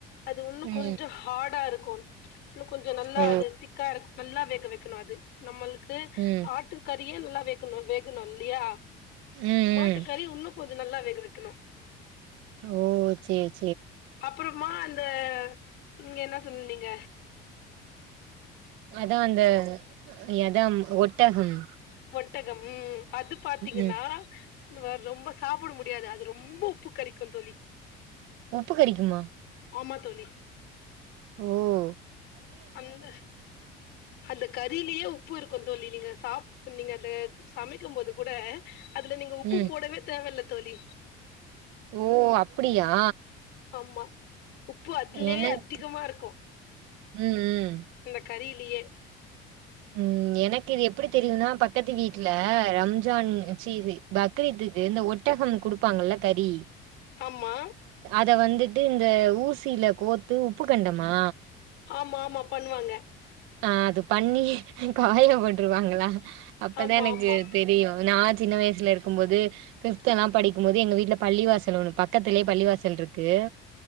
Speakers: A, on the left; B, on the right.
A: அது ஒன்னு
B: ம்
A: கொஞ்சம் ஹாடா இருக்கு <unintelligible> இன்னு கொஞ்சம் நல்லா
B: ஓ
A: அது திக்கா இருக்கு நல்லா வேக வைக்கணு அது நம்மளுக்கு க்கு
B: ம்
A: ஆட்டுக்கட் பியன வேக்கணும் வேகணும் இல்லயா
B: ம்
A: மாட்டு
B: ம்
A: கறி உன்னுக் கொஞ்சம் நல்லா வேக வைக்கணும்
B: ஓ செரி
A: அப்பறமா அந் அந்த நீங்க என்ன சொன்னீக
B: அதான் அந்த எதம் ஓட்டகம்
A: ஓட்டகம் ம் அது பாத்தீங்கன்னா
B: ம்
A: வர ரொம்ப சாப்பட முடியாது அது ரொம்ப உப்பு கறிக்கும் தொலி
B: உப்பு கறிக்குமா
A: ஆமா தோழி
B: ஓஓ
A: அந்த அந்த கறிலேயே உப்பு இருக்கு கொந்தோல்லி நீங்க சாப்ட நீங்க அந்த சமைக்கும் போது கூட அதுல நீங்க உப்பு
B: ம்
A: போடவே தேவையில்ல தொலி
B: ஓ அப்டியா
A: ஆமா உப்பு அதுலேயே
B: எனக்
A: அதிகமா இருக்கும்
B: ம் ம்
A: இந்த கறில் லியே
B: ம் எனக்கு இது எப்டி தெரியும்னா பக்கத்து வீட்டுல ரம்ஜான் சீ பக்ரீதுக்கு இந்த ஒட்டகம் குடுப்பாங்கல்ல கறி
A: ஆமா
B: இத வந்துட்டு இந்த ஊசியில கோத்து உப்பு கண்டமா
A: ஆமா ஆமா பண்ணுவாங்க
B: அது பண்ணி காய போட்டுருவாங்களா அப்தான்
A: ஆமா
B: எனக்கு
A: ஆமா
B: தெரியும் நான சின்ன வயசுல இருக்கும் போது பிப்து எல்லாம் படிக்கும்போது எங்க வீட்டுல பள்ளிவாசல் இதல ஒன்னு க்கத்திலேயே பள்ளிவாசல் இருக்கு